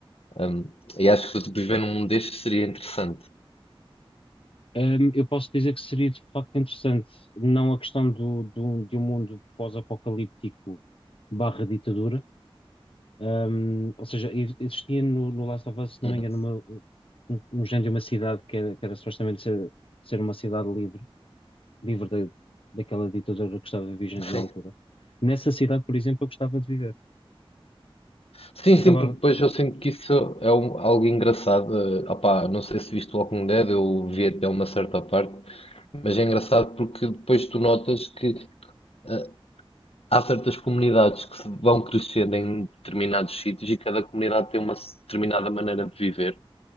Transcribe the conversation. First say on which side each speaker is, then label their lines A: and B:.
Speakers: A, on the left; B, on the left.
A: Um, e acho que se eu depois viver num mundo deste seria interessante.
B: Ahm, eu posso dizer que seria de facto interessante, não a questão do, do- de um mundo pós-apocalíptico barra ditadura, Ahm, ou seja, e- existia no, no Last of Us, se
A: Uhum.
B: não me engano, uma- um, um género de uma cidade que era, que era supostamente ser, ser uma cidade livre, livre da daquela ditadura que estava vigente
A: Sim.
B: na altura. Nessa cidade, por exemplo, eu gostava de viver.
A: Sim, sim,
B: Acabava,
A: porque depois eu sinto que isso é um- algo engraçado. ah opá, não sei se viste o Walking Dead, eu vi até uma certa parte, mas é engraçado porque depois tu notas que eh, há certas comunidades que se vão crescendo em determinados sítios e cada comunidade tem uma determinada maneira de viver.